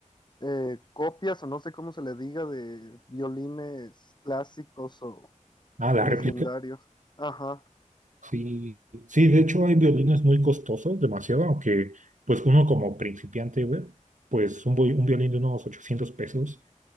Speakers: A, on the left; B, on the right.
A: eh, copias o no sé cómo se le diga de violines clásicos o
B: Ah, la
A: legendarios.
B: réplica
A: Ajá,
B: Sí, sí, de hecho hay violines muy costosos, demasiado, aunque pues uno como principiante, güey, pues un, vi- un violín de unos 800 pesos